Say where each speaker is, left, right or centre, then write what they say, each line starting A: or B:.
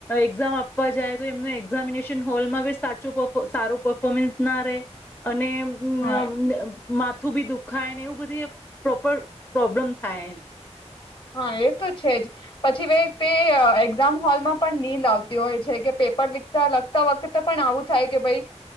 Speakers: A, on the left (about 15°); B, on the left (about 45°).
A: એક્ઝામ આપવા જાય તો એમનું એક્ઝામિનેશન હોલમાં બી સાચો સારો પફોર્મન્સ ના રહે અને હમ
B: હા
A: મા આથું બી દુખાય ને એવું બધી પ્રોપર પ્રોબ્લેમ થાય એમ.
B: હા એ તો છે. જ પછી ભ તે એક્ઝામ હોલમાં પણ નીંદ આવતી હોય છે કે પેપર લીખતા લગતા વખતે પણ આવું થાય કે ભાઈ